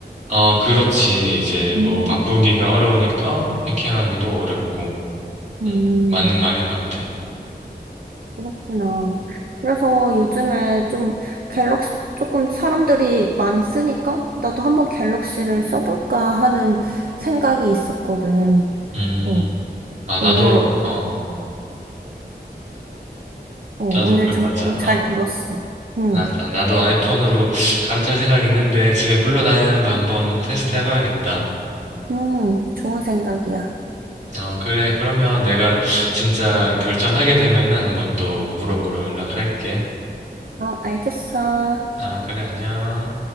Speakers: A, on the right; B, on the right.
A: 어, 그렇지. 이제
B: 음.
A: 뭐 바꾸기가 어려우니까 해킹하기도 어렵고.
B: 음.
A: 음, 맞는 말인 것 같아.
B: 그렇구나. 그래서 요즘에 좀 갤럭시, 조금 사람들이 많이 쓰니까 나도 한번 갤럭시를 써볼까 하는 생각이 있었거든.
A: 음,
B: 어,
A: 아,
B: 오늘,
A: 나도, 어,
B: 어, 오늘
A: 나도 그래,
B: 정보
A: 맞아.
B: 잘
A: 아,
B: 들었어. 응,
A: 맞아. 나도 아이폰으로 갈아탈 생각 있는데 집에 굴러다니는 거 한번 테스트 해봐야겠다.
B: 응, 좋은 생각이야.
A: 어, 그래. 그러면 내가 진짜 결정하게 되면은 한번 또 물어보러 연락할게.
B: 어, 알겠어.
A: 아, 그래, 안녕.